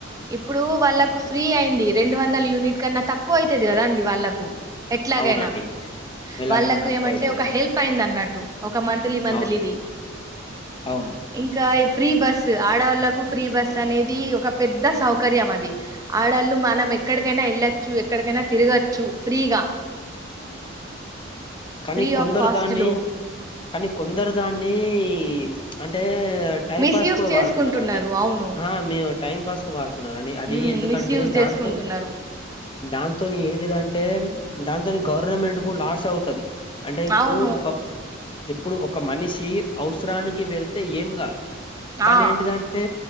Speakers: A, on the right; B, on the left.
A: ఇప్పుడు వాళ్ళలకు ఫ్రీ అయింది రెండు వందల యూనిట్ కన్నా తక్కువ అవుతది కదా అండి వాళ్ళకు ఎట్లాగైనా
B: అవునండి ఎలాగైనా
A: వాళ్ళకు
B: తక్కువ
A: ఏమంటే
B: అయితది
A: ఒక హెల్ప్ అయింది అన్నట్టు ఒక మంత్లీ మంత్లీది
B: అవును అవును
A: ఇంకా ఫ్రీ బస్సు ఆడవాళ్ళలకు ఫ్రీ బస్ అనేది ఒక పెద్ద సౌకర్యం అది ఆడళ్ళు మనం ఎక్కడికైనా వెళ్ళొచ్చు ఎక్కడికైనా తిరగచ్చు ఫ్రీగా
B: కానీ
A: ఫ్రీ
B: కొందరు
A: ఆఫ్ కాస్ట్
B: దాన్ని
A: లో
B: కానీ కొందరు దాన్ని అంటే టైం
A: మిస్యూజ్
B: పాస్ కూడా
A: చేసుకుంటున్నారు
B: వాడుతున్నారండీ
A: అవును
B: మీరు టైం పాస్ కు వాడుతున్నరు అది
A: ఉమ్
B: ఎందుకంటే
A: మిస్యూజ్
B: దాంతోని
A: చేసుకుంటున్నారు
B: దాంతోని ఏంటిదంటే దాంతో గవర్నమెంట్ కు లాస్ అవుతది అంటే ఇప్పుడు
A: అవును
B: ఒక ఇప్పుడు ఒక మనిషి అవసరానికి వెళ్తే ఏం కాదు కానీ
A: ఆ
B: ఏంటిదంటే